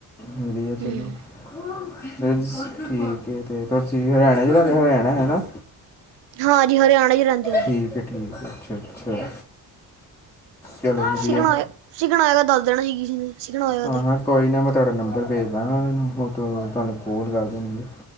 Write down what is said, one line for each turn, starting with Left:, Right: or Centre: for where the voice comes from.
Centre: ਵਧੀਆ
Right: ਹੂੰ
Centre: ਚਲੋ। <unintelligible> ਠੀਕ ਤੇ ਤੁਸੀ ਹਰਿਆਣਾ ਚ ਰਹਦੇ ਹਰਿਆਣਾ ਹੈਨਾ?
Right: ਹਾਂ ਜੀ ਹਰਿਆਣਾ ਚ ਰਹਿੰਦੇ ਆ
Centre: ਠੀਕ
Right: ਜੀ
Centre: ਹੈ ਠੀਕ ਹੈ, ਅੱਛਾ-ਅੱਛਾ। ਚਲੋ ਵਧੀਆ
Right: ਸਿੱਖਣਾ ਹੋਏ ਸਿੱਖਣਾ ਹੋਏਗਾ ਦੱਸ ਦੇਣਾ ਜੀ ਕਿਸੇ ਨੇ ਸਿੱਖਣਾ ਹੋਏਗਾ
Centre: ਹਾਂ-ਹਾਂ।
Right: ਤੇ
Centre: ਕੋਈ ਨਾ ਮੈਂ ਤੁਹਾਡਾ ਨੰਬਰ ਭੇਜ ਦਾਂਗਾ ਉਹਨਾਂ ਨੂੰ, ਮ <unintelligible> ਤੁਹਾਨੂੰ ਫੋਨ ਕਰ ਦੇਣ ਗੇ।